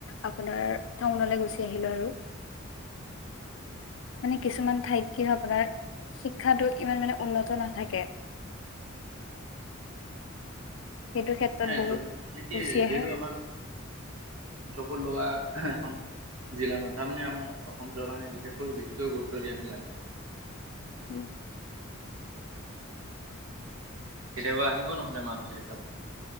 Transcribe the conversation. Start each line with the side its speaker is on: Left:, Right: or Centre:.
Left: আপোনাৰ টাউন গুচি আহিলো আৰু।
Right: <inaudible>
Left: মানে কিছুমান ঠাইত কি হয় আপোনাৰ শিক্ষাটো ইমান মানে উন্নত নাথাকে।
Right: অ।
Left: সেইটো ক্ষেত্ৰত
Right: হ
Left: বহুত
Right: তথ মানে কি
Left: গুচি
Right: যিহেতু
Left: আহে
Right: আমাৰ চকুৰ লগা এখন জিলা নহয় তাৰমানে আমাৰ অসম চৰকাৰ কাৰণে বিশেষকৈ বেছিকৈ গুৰুত্ব দিয়া নালাগে
Left: উম।
Right: কেতিয়াবা আহিব নহলে মাজুলীৰ ফালে